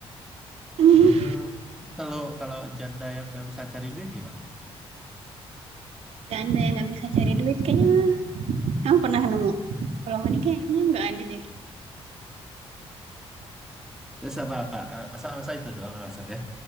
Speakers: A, on the right; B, in the centre.
A: <laughs>
B: Eh, Kalau kalau janda yang nggak bisa cari duit gimana?
A: Ya Anda yang nggak bisa cari duit kayaknya kamu pernah nemu? Kalau ini kayaknya nggak ada deh.
B: Terus apa apa? Eh, Masa masa itu doang alasannya?